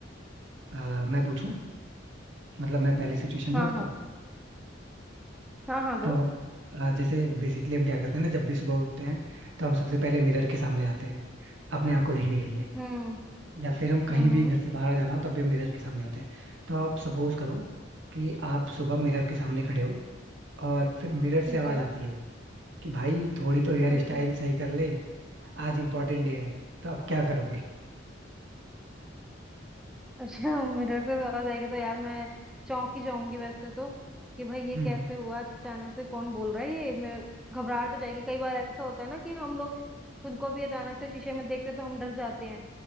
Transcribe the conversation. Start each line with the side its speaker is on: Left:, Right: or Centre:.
Right: अ, मैं पूछूं मतलब मैं पहले सिचुएशन दूं
Centre: हाँ
Right: आपको
Centre: हाँ हाँ हाँ दो
Right: तो अ, जैसे बेसिकली हम क्या करते हैं ना जब भी सुबह उठते हैं तो हम सबसे पहले मिरर के सामने आते हैं अपने आप को देखने के लिए
Centre: हम्म
Right: या फिर हम कहीं
Centre: हम्म
Right: भी
Centre: हम्म,
Right: घर से बाहर जाना हो तब भी हम मिरर के सामने आते हैं तो आप सपोज करो कि आप सुबह मिरर के सामने खड़े हो और फिर मिरर
Centre: ठीक
Right: से आवाज
Centre: है
Right: आती है कि भाई थोड़ी तो हेयर
Centre: ओके
Right: स्टाइल सही कर ले आज इम्पोर्टेंट डे है तो आप क्या करोगे
Centre: अच्छा मिरर से आवाज आएगी तो यार मैं चौंक ही जाऊंगी वैसे तो कि भाई ये
Right: हम्म
Centre: कैसे हुआ अचानक से कौन बोल रहा है ये मेरे घबराहट हो जाएगी कई बार ऐसा होता है ना कि हम लोग खुद को भी अचानक से शीशे में देखते तो हम डर जाते हैं